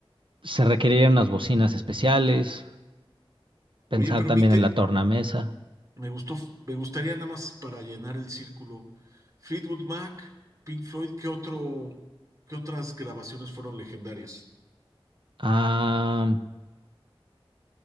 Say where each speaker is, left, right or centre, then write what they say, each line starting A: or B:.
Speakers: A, on the right; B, on the right.
A: se requerirían unas bocinas especiales, pensar
B: Oye, pero
A: también
B: mi, te-
A: en la tornamesa.
B: Me gustó, me gustaría nada más para llenar el círculo. Fleetwood Mac, Pink Floyd, ¿qué otro, qué otras grabaciones fueron legendarias?
A: Ah,